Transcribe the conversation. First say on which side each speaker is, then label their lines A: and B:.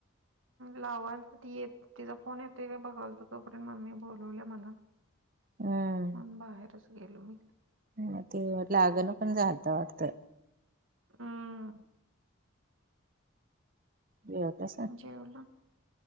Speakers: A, on the right; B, on the right.
A: लावाल तर ती येत तिचा फोन येतोय का बघाल त तोपर्यंत मम्मी बोलवल्या मला.
B: हम
A: म्हणून बाहेरच गेलो मी.
B: ह ते लागण पण झालत वाटतं
A: हम
B: ते होतस
A: जेवलो